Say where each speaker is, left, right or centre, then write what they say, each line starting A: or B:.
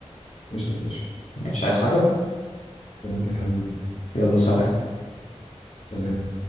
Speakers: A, on the left; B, on the left.
A: قشطه يا باشا
B: مش عايز حاجه
A: سلامتك يا حبيبي
B: يلا سلام
A: سلام